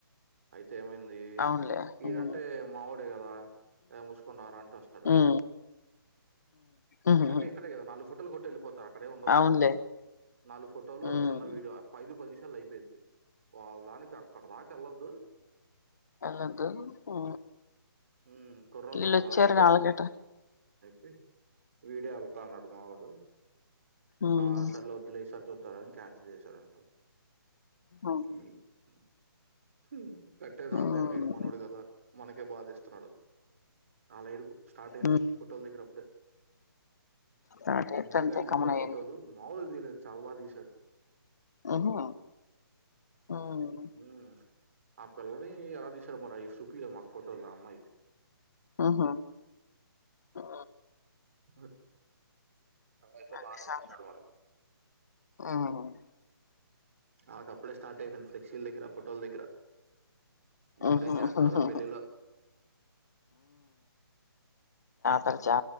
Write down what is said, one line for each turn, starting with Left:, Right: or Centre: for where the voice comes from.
Right: అయిత్ తేమైంది?
Left: అవునులే
Right: ఈడంటే
Left: ఉమ్
Right: మావొడే కదా, ఏ మూసుకొని రార అంటే వస్తడు.
Left: ఉమ్ ఉహుహు
Right: అంటే ఇక్కడే గదా, నాలుగు ఫోటోల్ కొట్ టెళ్లిపోతాన్ అక్కడేం ఉండదు
Left: అవునులే
Right: గదా? నాల్గు ఫోటోలు
Left: ఉమ్
Right: ఒ చిన్న వీడియో. ఆ పైది పద్ నిష్ కల్ల అయిపోయిద్ది. వావ్, దానికి అక్కడ దాకా ఎళ్ళద్దూ?
Left: ఎల్లద్దు ఊ
Right: ఉమ్, కుర్రోళ్ళేమో
Left: ఇల్లోచ్చారని ఆళకేట్ట
Right: హె వీడే ఎళ్తాన్నాడు మా వోడు
Left: ఉమ్
Right: ఆ సర్లద్దులే ఇసర్ చూద్దారని క్యాన్సిల్ చేశాడంటా
Left: ఉమ్
Right: <unintelligible> ఉహుం కట్టేదాళ్ళైన
Left: ఉమ్
Right: ఇడుమనోడు గదా మనకే బాధేస్తున్నాడు ఆళ్ల ఏడుపు స్టార్ట్ అయింది
Left: ఉమ్.
Right: హోటల్ దగ్గర అప్పుడే
Left: థర్డ్ ఇయర్
Right: ఉన్నయ్
Left: అంతే
Right: గన్ దీసాడు
Left: కామన్ అయ్యింది
Right: ఫోటోలు మామూల్గా దీయలేదు. చాలు బాగా దీశాడు.
Left: ఓహో అవును
Right: ఉమ్, ఆ పిల్లది ఎలా తీశారు మరైసూ పిలవ్ మాక్ ఫోటోలు అమ్మాయిది.
Left: ఉహుం ఆ
Right: నువ్వే అయితే
Left: అది
Right: బానే
Left: సంగతి.
Right: తీశాడు మరి
Left: ఉమ్.
Right: ఆ తప్పులేస్ సార్ట్ అయిపోయింది ఫ్లెక్సీల్ దగ్గర ఫోటోల్ దగ్గర గిప్పుడేం
Left: ఉహు
Right: జేస్తవ్
Left: ఉహు,
Right: రా
Left: ఉహు.
Right: పెళ్లిలో
Left: తర్ జా